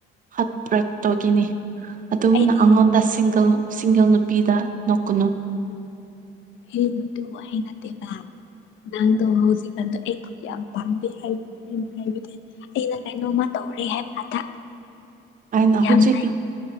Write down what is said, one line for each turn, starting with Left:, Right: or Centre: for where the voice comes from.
Right: ꯍꯠ ꯕ꯭ꯔꯦꯛ ꯇꯧꯒꯤꯅꯤ ꯑꯗꯨꯝꯃꯅ
Left: ꯑꯩꯗꯤ
Right: ꯑꯩꯉꯣꯟꯗ ꯁꯤꯡꯒꯜ ꯁꯤꯡꯒꯜ ꯅꯨꯄꯤꯗ ꯅꯣꯛꯀꯅꯨ
Left: ꯍ‌ꯦ ꯃꯗꯨꯕꯨ ꯍꯥꯏꯗꯦꯕ ꯅꯥꯡꯗꯣ ꯍꯧꯖꯤꯛꯀꯥꯟꯗ ꯑꯩꯕꯨ ꯌꯥꯝ ꯄꯥꯝꯗꯦ ꯍꯥꯏꯕ ꯑꯩꯅ ꯍꯥꯏꯕꯗꯤ ꯑꯩꯅ ꯀꯩꯅꯣꯃ ꯇꯧꯔꯦ ꯍꯥꯏꯕ ꯀꯥꯟꯗ
Right: ꯑꯩꯅ
Left: ꯌꯥꯝꯅ
Right: ꯍꯧꯖꯤꯛ